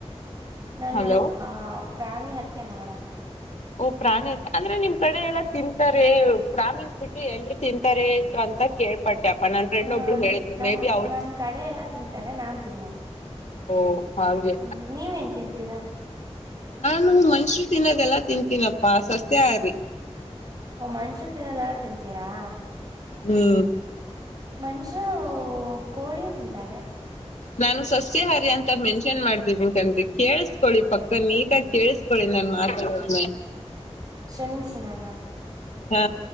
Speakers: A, on the right; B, on the left.
A: ನಾನು
B: ಹಲೋ
A: ಆ ಪ್ರಾಣಿ ಹತ್ಯೆ ಮಾಡಲ್ಲ
B: ಓ ಪ್ರಾಣಿತೆ ಅಂದ್ರೆ ನಿಮ್ ಕಡೆ ಎಲ್ಲಾ ತಿಂತಾರೆ ಬ್ರಾಮೀಣಸ್ ಬಿಟ್ಟು ಎಲ್ರಿ ತಿಂತಾರೆ ಅಂತ ಕೇಳ್ಪಟ್ಟ ನ ್ರಂಡ್
A: ಆ
B: ಒ ಹೇಳಿದ್
A: ನಮ್ ನಮ್ ಕಡೆ ಎಲ್ಲಾ ತಿಂತಾರೆ ನಾನ್ ತಿನ್ನಲ್ಲ
B: ಅವ ಹಾಗೆ
A: ಹ್ಮ್ ನೀವೇನ್ ತಿಂತೀರಾ
B: ನು ಮರು ತಿನ್ನದೆಲ್ಲ ತಿಂತೀನಪ್ಪಾ ಸಸೆ ಆ್ರಿ
A: ಓ ಮನುಷ್ಯ ತಿನ್ನೋದೆಲ್ಲ ತಿಂತೀರಾ
B: ಹ್ಮ್
A: ಮನುಷ್ಯರು ಕೋಳಿಯೂ ತಿಂತಾರೆ
B: ನಾನು ಸಸ್ಯಹಾರಿ ಅಂತ ಮೆನ್ಷನ್ ಮಾಡ್ತಿದ್ದಿ ಕಂಡಿಕ್ ಕೇಳಸ್ಕೊಳ್ಳಿ ಪಕ್ಕ ನೀಟ ತಿೇಳಿಸ್ಕೊಳ್ಳಿ ನಾನನ್ ಮಾತಾಡೋದು
A: ಶಮಿಸಿ ನನ್ನ
B: ಹಾ